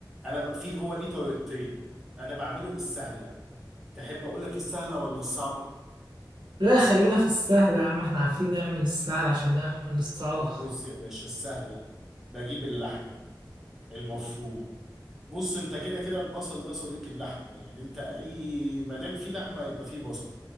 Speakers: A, in the centre; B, on the right.
A: انا ب- في هو ليه طريقتين انا بعمله بالسهلة تحب اقول لك السهلة ولا الصعبة
B: لا خلينا في السهل يا عم احنا عارفين نعمل السهل عشان نعمل الصعبة
A: طب بص يا باشا السهلة بجيب اللحمة المفرومة بص انت كده كده البصل ده صديق اللحمه يعني انت اي ما دام في لحمه يبقى في بصل